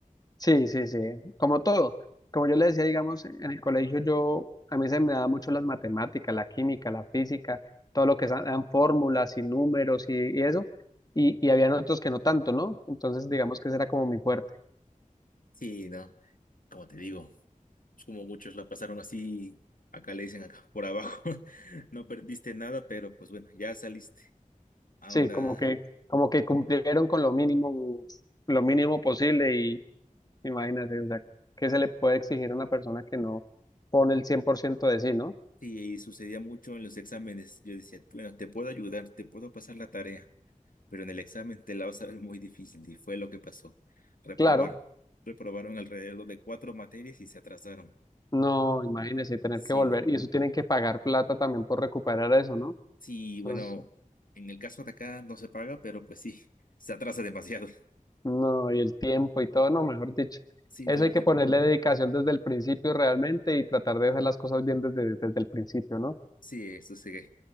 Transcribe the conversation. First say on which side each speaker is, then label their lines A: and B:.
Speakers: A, on the left; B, on the left.
A: Sí, sí, sí, como todo. Como yo le decía, digamos, en el colegio yo, a mí se me da mucho las matemáticas, la química, la física, todo lo que sean fórmulas y números y, y eso, y, y habían otros que no tanto, ¿no? Entonces, digamos que ese era como mi fuerte.
B: Sí, ¿no? Como te digo, es como muchos la pasaron así, acá le dicen acá por abajo, <laughs> no perdiste nada, pero pues bueno, ya saliste. Ahora,
A: Sí, como que, como que cumplieron con lo mínimo, lo mínimo posible y imagínate, o sea, ¿qué se le puede exigir a una persona que no pone el 100% de sí, ¿no?
B: sí, y sucedía mucho en los exámenes. Yo decía, bueno, te puedo ayudar, te puedo pasar la tarea, pero en el examen te la vas a ver muy difícil, y fue lo que pasó. Reprobar.
A: Claro,
B: Reprobaron alrededor de cuatro materias y se atrasaron.
A: no, imagínese tener
B: Sí,
A: que volver.
B: ¿no?
A: Y eso tienen que pagar plata también por recuperar eso, ¿no?
B: Sí,
A: Entonces,
B: bueno, en el caso de acá no se paga, pero pues sí, <laughs> se atrasa demasiado.
A: no, y el tiempo y todo, no, mejor dicho.
B: Sí,
A: Eso
B: todo el
A: hay que
B: tiempo.
A: ponerle dedicación desde el principio realmente y tratar de hacer las cosas bien desde, desde el principio, ¿no?
B: Sí, eso sí que